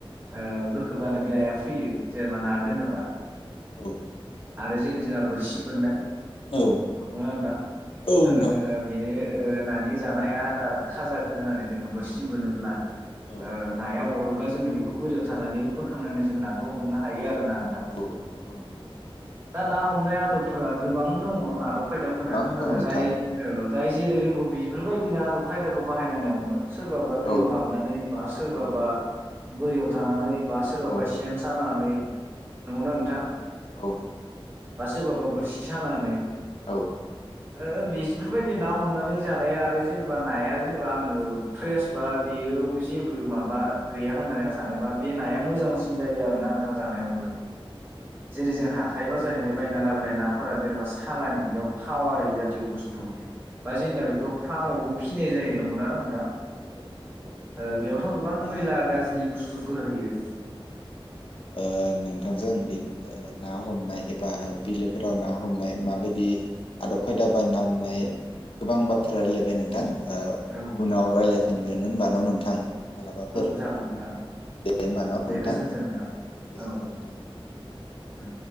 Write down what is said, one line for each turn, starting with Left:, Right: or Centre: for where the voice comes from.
Right: ओ बोखोबानो बे नाया फैयो। जेनेबा ना
Left: औ
Right: दोङोबा
Left: औ
Right: आरो जेरै जोंहा बोरसि बोननाय
Left: औ
Right: नंगौना नोंथां
Left: औ
Right: ओ
Left: नोंथां
Right: जोङो बेनो ओ नानि जानाय आदार खाजाखौ होनानै जोङो बोरसि बोनोब्ला
Left: औ
Right: ओ नाया अरो अब्ला जोङो बेखौ बोरियाव थानानैबो बोखांनानै जोंङो नाखौ हमनो हायो आरोना नोंथां।
Left: औ नंगौ नंगौ।
Right: दा ना हमनाय आदबफोरा गोबां दङ आदब खायदाफोरा
Left: गोबां दं
Right: ओ
Left: नोंथां
Right: जाय ओ जाय जेरै रोंगौ बेफोरबायदिनो आदब खायदाखौ बाहायनानै हमो। सोरबाबा दैयाव
Left: औ
Right: हाबनानै बा सोरबाबा
Left: औ
Right: बोरियाव थानानै बा सोरबाबा
Left: औ
Right: सेन सानानै नंगौना नोंथां
Left: औ औ।
Right: बा सोरबाबा बोरसि सानानै
Left: औ।
Right: आरो बेफोरबायदि ना हमनानै जानाया आरो जेनेबा नाया जेनेबा आङो फ्रेस बा बेयो जेबो माबा गैया होननानै आं सानोबा बे नाया मोजांसिन जायो आरोना थां जानायावबो जेरै जों हाथाय बाजारनिफ्राय बायना लाबोनाय ना जेनेबा सानि बेयाव थाव आरो जाति' बुस्थु बा जोंना बेखौ
Left: औ
Right: फार्मआवबो फिसिनाय जायो नंगौ ना थां
Left: औ औ
Right: ओ बेयावथ' गोबां
Left: होमबा
Right: मैला गाज्रि बुस्थु बुस्थुफोर होयो।
Left: ओ नोंथांजों बे ओ ना हमनाय एबा बिलोफोराव ना हमनाय माबायदि आदब खायदा बा ना हमनाय गोबां बाथ्रा रायलायबाय नोंथां ओ
Right: औ
Left: उनाव रायज्लायगोन दोननो होनबा ना नोंथां? मालाबाफोर
Right: औ जागोन नोंथां।
Left: दे होमबा ना नोंथां
Right: दे गोजोन्थों नोंथां
Left: गोजोनथों
Right: औ
Left: नोंथां
Right: उम।